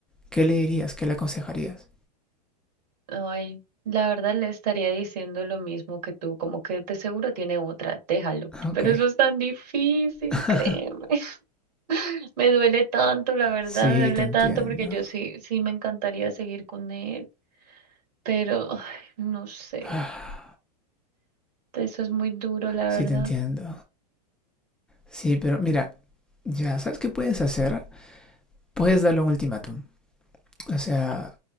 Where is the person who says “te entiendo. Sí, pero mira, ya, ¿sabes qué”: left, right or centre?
Centre